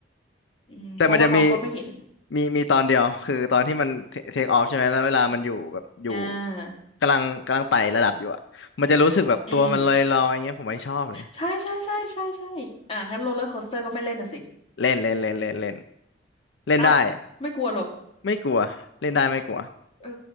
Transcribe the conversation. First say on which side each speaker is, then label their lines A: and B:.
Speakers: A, on the left; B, on the left.
A: อืม
B: แต่มันจะมี
A: เพราะว่าเราก็ไม่เห็น
B: มีมีตอนเดียวคือตอนที่มันเทคออฟใช่ไหม แล้วเวลามันอยู่แบบอยู่
A: อ่า
B: กำลังกำลังไต่ระดับอยู่อะ มันจะรู้สึกแบบตัวมันลอยๆอย่างเงี้ยผมไม่ชอบเลย
A: อืม ใช่ใช่ใช่ใช่ใช่อ่ะงั้นโรลเลอร์โคสเตอร์ก็ไม่เล่นน่ะสิ
B: เล่นเล่นเล่นเล่นเล่นเล่นได้
A: เอ้า ไม่กลัวเหรอ
B: ไม่กลัวเล่นได้ไม่กลัว
A: เออ